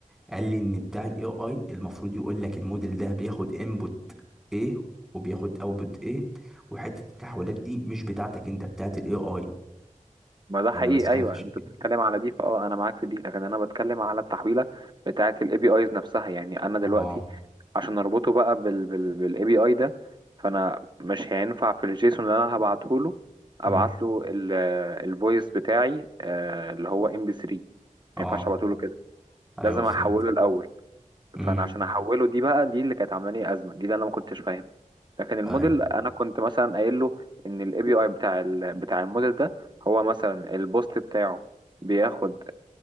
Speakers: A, in the centre; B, on the right.
A: قال لي ان بتاع الاي اي المفروض يقول لك الموديل ده بياخد انبوت ايه وبياخد اوتبوت ايه وحته التحويلات دي مش بتاعتك انت بتاعت الاي اي
B: ما ده حقيقي
A: انا بسالك
B: ايوه
A: عشان
B: انت
A: كده
B: بتتكلم على دي فاه انا معاك في دي لكن انا بتكلم على التحويله بتاعه الاي بي ايز نفسها يعني انا دلوقتي
A: اه
B: عشان اربطه بقى بال بال بالاي بي اي ده فانا مش هينفع في الجيسون اللي انا هبعته له ابعت
A: أمم.
B: له الفويس بتاعي آه، اللي هو ام بي 3
A: اه
B: ما ينفعش ابعته له كده
A: ايوه
B: لازم
A: فهمت
B: احوله الاول
A: امم
B: فانا عشان احوله دي بقى دي اللي كانت عامله لي ازمه دي اللي انا ما كنتش فاهمها لكن الموديل
A: ايوه
B: انا كنت مثلا قايل له ان الاي بي اي بتاع ال بتاع الموديل ده هو مثلا البوست بتاعه بياخد